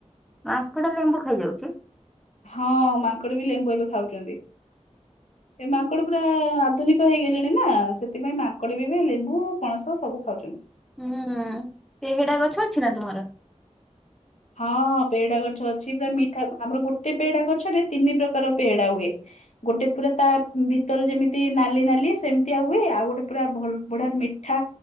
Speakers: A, in the centre; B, on the left.
A: ମାଙ୍କଡା ଲେମ୍ବୁ ଖାଇଯାଉଛି?
B: ହଁ ମାଙ୍କଡ ବି ଲେମ୍ବୁ ଏବେ ଖାଉଛନ୍ତି। ଏ ମାଙ୍କଡ ପୁରା ଆଧୁନିକ କ ହେଇଗଲେଣିନା ସେଥିପାଇଁ ମାଙ୍କଡବି ଇ ଏବେ ଲେମ୍ବୁ ପଣସ ସବୁ ଖାଉଛନ୍ତି।
A: ହୁଁ ପେହେଡା ଗଛ ଅଛି ନା ତୁମର?
B: ହଁ ପେଡା ଗଛ ଅଛି। ପୁରା ମିଠା ଆମର ଗୋଟେ ପେଡ଼ା ଗଛରେ ତିନି ପ୍ରକାର ପେଡା ହୁଏ। ଗୋଟେ ପୁରା ତା ଭିତରେ ଯେମିତି ନାଲି ନାଲି ସେମିତିଆ ହୁଏ ଆଉ ଗୋଟେ ପୁରା ଭଲ ଭଢୀଆ ମିଠା।